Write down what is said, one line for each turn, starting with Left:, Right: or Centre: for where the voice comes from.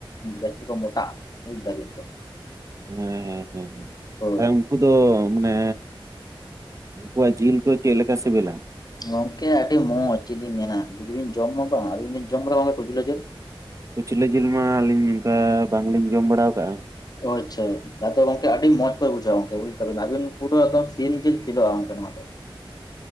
Left: ᱡᱟᱹᱛᱤ ᱠᱚ ᱢᱚᱴᱟᱜᱼᱟ ᱵᱩᱡ ᱮᱫᱟ ᱵᱤᱱ ᱛᱚ᱾
Right: ᱦᱮᱸ ᱦᱮᱸ ᱦᱮᱸ
Left: ᱦᱳᱭ
Right: ᱦᱸ <inaudible> ᱩᱱᱠᱩ ᱫᱚ ᱢᱟᱱᱮ ᱩᱱᱠᱩᱣᱟᱜ ᱡᱤᱞ ᱠᱚ ᱪᱮᱫ ᱞᱮᱠᱟ ᱥᱤᱵᱤᱞᱟ?
Left: ᱜᱚᱝᱠᱮ ᱟᱹᱰᱤ ᱢᱚᱸᱡᱽ ᱪᱮᱫᱞᱤᱧ ᱢᱮᱱᱟ ᱡᱩᱫᱤ ᱵᱤᱱ ᱡᱚᱢᱟ ᱵᱟᱝ ᱟᱹᱵᱤᱱ ᱵᱤᱱ ᱡᱚᱢ ᱠᱟᱫᱟ ᱟᱵᱤᱱ ᱵᱤᱱ ᱡᱚᱢ ᱠᱟᱫᱟ ᱠᱩᱪᱞᱟᱹ ᱡᱤᱞ?
Right: ᱠᱩᱪᱞᱟᱹ ᱡᱤᱞ ᱢᱟ ᱟᱹᱞᱤᱧ ᱱᱚᱝᱠᱟ ᱵᱟᱝᱞᱤᱧ ᱡᱚᱢ ᱵᱟᱲᱟ ᱟᱠᱟᱜᱼᱟ᱾
Left: ᱟᱪᱷᱟ ᱟᱫᱚ ᱜᱚᱝᱠᱮ ᱟᱹᱰᱤ ᱢᱚᱸᱡᱽ ᱠᱚ ᱵᱩᱡᱷᱟᱹᱣᱟ ᱜᱚᱝᱠᱮ ᱵᱩᱡ ᱠᱮᱫᱟᱵᱤᱱ ᱟᱹᱵᱤᱱ ᱯᱩᱨᱟᱹ ᱮᱠᱫᱚᱢ ᱥᱤᱢ ᱡᱤᱞ ᱯᱷᱮᱞᱚᱜᱼᱟ ᱱᱚᱣᱟ ᱫᱚ᱾ <inaudible>